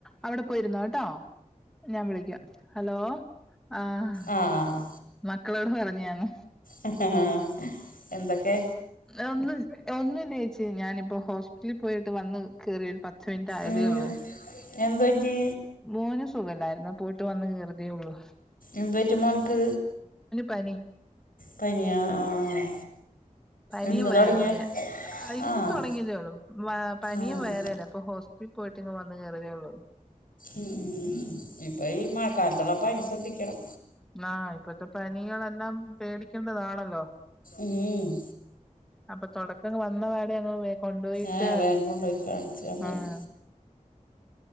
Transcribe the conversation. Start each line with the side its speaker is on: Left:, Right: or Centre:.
Centre: അവിടെ പോയിരുന്നോട്ടോ. ഞാൻ വിളിക്കാം ഹലോ ആഹ്
Left: ആഹ്
Centre: മക്കളോട് പറഞ്ഞാണ്.
Left: ഹ ഹ ഹ എന്തക്കെ
Centre: ഒന്ന്വിലെ ഒന്നില്ലെച്ചി ഞാനിപ്പോ ഹോസ്പിറ്റി ൽ പോയിട്ട് വന്ന് കേറിയ രു പ ത്തിൻറ്റായേതേ
Left: ഉം
Centre: ഉള്ളു.
Left: എന്ത് പറ്റി
Centre: മോന് സുഖല്ലര്ന്ന് പോയിട്ട് വന്ന് കറിതേള്ളൂ.
Left: എന്ത് പറ്റി മോൻക്ക്
Centre: പനി
Left: പനിയാ ആഹ്
Centre: പനിയും
Left: എന്ന്
Centre: വയറു
Left: തൊടങ്ങിയാ
Centre: വേദന. ഇന്ന്
Left: ആഹ്
Centre: തൊടങ്ങിയതേള്ളൂ പനിയും
Left: ആഹ്
Centre: വയറ് പ്പോ ഹോസ്പിൽ പോയിട്ട് ഇങ്ങ് വന്ന് കേറിതെള്ളൂ
Left: ഉംഉം ഉം ഉം ഇപ്പൊ ഈ മയ ക്കാലത്തുള്ളപ്പനി ശ്രദ്ധിക്കണം.
Centre: ആഹ് ഇപ്പത്തെ പനികളെല്ലാം പേടിക്കണ്ടതാണല്ലോ?
Left: ഉം
Centre: അപ്പൊ തൊടക്ക വന്ന പാടെങ്ങ് കൊണ്ടോ യിട്ട്
Left: ഏഹ് വേഗം കൊണ്ടോയി കാണിച്ച നന്നായി
Centre: ആഹ്